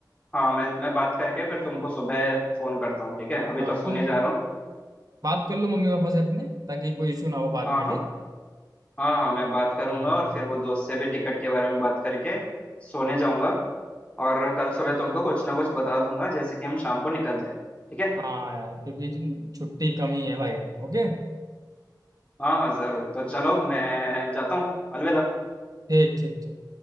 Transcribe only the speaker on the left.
हाँ मैं मैं बात करके फिर तुमको सुबह फोन करता हूँ ठीक है अभी
तो सोने
जा रहा हूँ
हाँ
हाँ
हाँ हाँ मैं बात करूंगा
और फिर वो दोस्त से भी टिकट के बारे में बात करके सोने जाऊंगा और कल सुबह तुमको कुछ ना कुछ बता दूंगा जैसे कि हम शाम को निकल जाएं ठीक है
हाँ हाँ जरूर तो चलो मैं जाता हूँ अलविदा